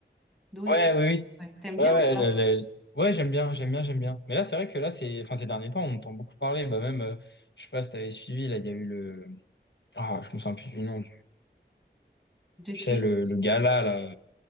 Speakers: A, in the centre; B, on the left.
A: Doechii,
B: Ouais, oui, oui.
A: ouais. T'aimes bien
B: Ouais, ouais,
A: ou pas?
B: le- le- ouais, j'aime bien, j'aime bien, j'aime bien. Mais là, c'est vrai que là, c'est, enfin, ces derniers temps, on entend beaucoup parler. Bah, même, euh, je sais pas si t'avais suivi, là, il y a eu le, ah, je me souviens plus du nom.
A: de qui
B: Tu sais, le, le gala, là.